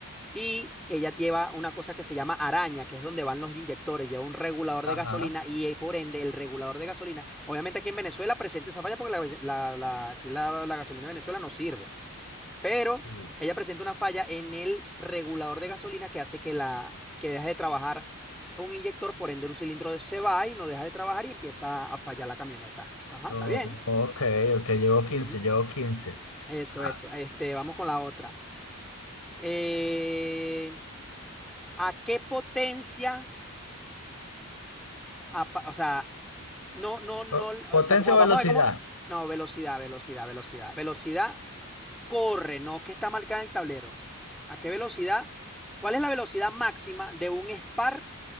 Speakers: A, in the centre; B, on the left (about 85°).
A: y ella lleva una cosa que se llama araña, que es donde van los inyectores. Lleva un regulador
B: ajá.
A: de gasolina y eh, por ende el regulador de gasolina. Obviamente aquí en Venezuela presenta esa falla porque la, ve- la- la- aquí la, la gasolina de Venezuela no sirve. Pero
B: Mm.
A: ella presenta una falla en el regulador de gasolina que hace que, la, que deje de trabajar un inyector, por ende un cilindro se va y no deja de trabajar y empieza a fallar la camioneta. Ajá,
B: Oh,
A: está bien.
B: ok, ok, llevo quince,
A: Ujú.
B: llevo quince,
A: Eso,
B: Ajá.
A: eso. Este, vamos con la otra. Eh, ¿a qué potencia? apa- o sea, no, no, no,
B: Oh,
A: o
B: Potencia
A: sea, cómo?
B: o
A: vamos
B: velocidad.
A: a ver cómo. No, velocidad, velocidad, velocidad. Velocidad corre, ¿no? ¿Qué está marcada en el tablero? ¿A qué velocidad? ¿Cuál es la velocidad máxima de un Spark